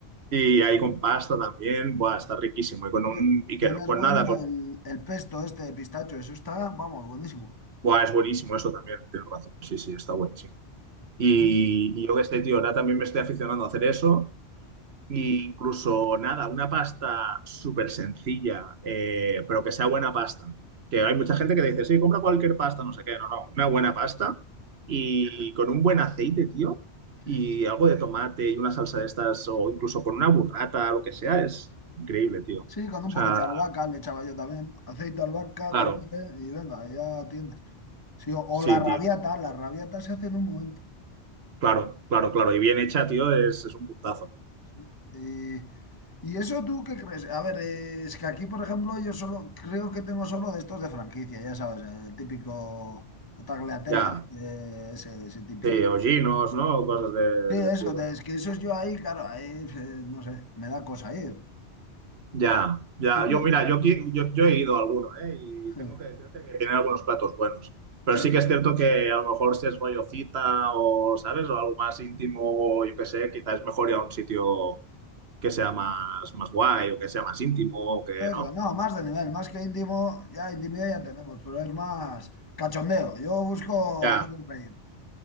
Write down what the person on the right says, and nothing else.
Y ahí con pasta también, buah, está riquísimo. Y con un,
y
que no- con
nada, con,
buah, es buenísimo eso también, tienes razón. Sí, sí, está buenísimo. Y,
y yo qué sé, tío, ahora también me estoy aficionando a hacer eso. Y incluso nada, una pasta súper sencilla, eh, pero que sea buena pasta. Que hay mucha gente que dice, sí, compra cualquier pasta, no sé qué. No, no, una buena pasta y con un buen aceite, tío,
y algo de tomate y una salsa de estas, o incluso con una burrata, lo que sea, es increíble, tío. O
sea,
claro,
sí,
tío,
claro, claro, claro. Y bien hecha, tío, es, es un puntazo.
Ya,
sí, hollinos, ¿no? Cosas de- del
estilo.
Ya, ya.
Yo, mira, yo, aquí- yo, yo he ido a alguno, ¿eh? Y
tengo que decirte que tienen algunos platos buenos. Pero
sí que es cierto que a lo mejor si es rollo cita o, ¿sabes? O algo más íntimo, o yo qué sé, quizás es mejor ir a un sitio que sea más, más guay o que sea más íntimo o que,
¿no?
Ya,